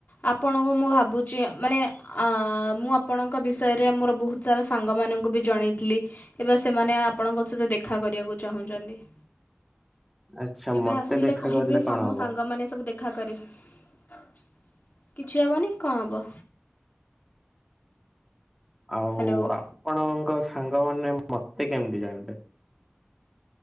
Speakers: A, on the left; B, in the centre.
A: ଆପଣଙ୍କୁ ମୁଁ ଭାବୁଛି ମାନେ ଆ ମୁଁ ଆପଣଙ୍କ ବିଷୟରେ ମୋର ବହୁତ ସାରା ସାଙ୍ଗମାନଙ୍କୁ ବି ଜଣେଇଥିଲି ଏବେ ସେମାନେ ଆପଣଙ୍କ ସହିତ ଦେଖା କରିବାକୁ ଚାହୁଁଚନ୍ତି। <unintelligible>
B: ଆଚ୍ଛା
A: କେବେ
B: ମତେ
A: ଆସିଲେ
B: ଦେଖା
A: କହିବେ
B: କଲେ କଣ
A: ମୋ
B: ହବ
A: ସାଙ୍ଗମାନେ ସବୁ ଦେଖ ଦେଖା କରି <unintelligible> କିଛି ହେବନି କଣ ହବ
B: ଆଉ
A: ହ୍ୟାଲୋ
B: ଆପଣଙ୍କ ସାଙ୍ଗମାନେ ମତେ କେମିତି ଜାଣିଲେ?